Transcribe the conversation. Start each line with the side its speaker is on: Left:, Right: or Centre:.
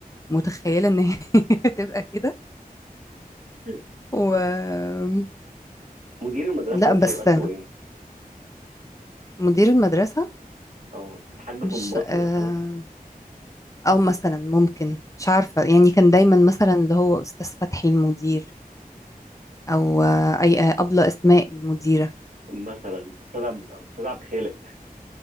Left: متخيلة إن هي <laughs> تبقى كده
Right: <laughs>
Left: و
Right: مدير المدرسة
Left: لأ
Right: ممكن
Left: بس
Right: يبقى اسمه ايه؟
Left: مدير المدرسة
Right: اه الحاج
Left: مش
Right: صنباطي
Left: آه،
Right: مثلا
Left: أو مثلا ممكن مش عارفة يعني كان دايما مثلا اللي هو أستاذ فتحي المدير أو آه، أي آه، أبلة أسماء المديرة
Right: مثلا استاذ عبد استاذ عبد خالق